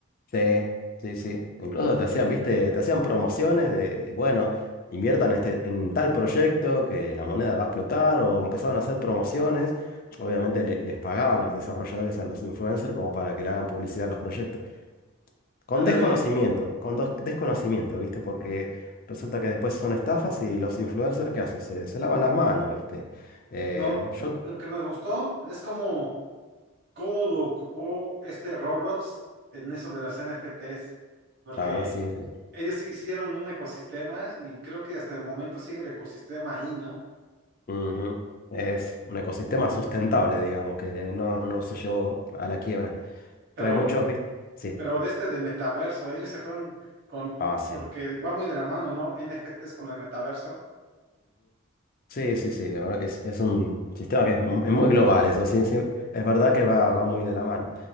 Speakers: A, on the left; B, on the right.
A: Sí, sí, sí. Incluso te hacían, viste, te hacían promociones de, bueno, inviertan este, en tal proyecto que la moneda va a explotar o empezaban a hacer promociones. Obviamente le- les pagaban los desarrolladores a los influencers como para que le hagan publicidad a los proyectos. Con
B: Ándale,
A: desconocimiento, con dos- desconocimiento, ¿viste? Porque resulta que después son estafas y los influencers, ¿qué hacen? Se, se lavan las manos, ¿viste? Eh,
B: no,
A: yo...
B: lo que me gustó es como cómo lo ocupó este Roblox en eso de las NFTs, porque
A: Ah, sí. sí.
B: ellos sí hicieron un ecosistema y creo que hasta el momento sigue el ecosistema ahí, ¿no?
A: Ujú. Es un ecosistema sustentable, digamos, que no, no se llevó a la quiebra. Entonces
B: Pero,
A: muchos, ¿viste? Sí.
B: pero de este de metaverso, ellos se fueron con,
A: Ah, sí.
B: porque va muy de la mano, ¿no? NFTs con el metaverso.
A: Sí, sí, sí, la verdad que es, es un sistema que es, mu- es muy global, eso sí, sí, es verdad que va, va muy de la mano,